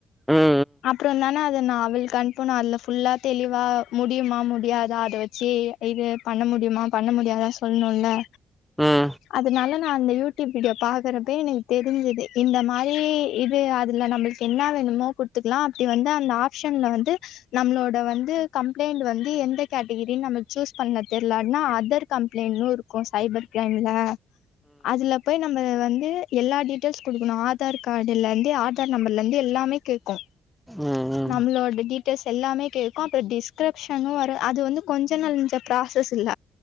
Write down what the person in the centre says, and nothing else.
ம் ம்
ம் ம் ம் ம்
ம் ம்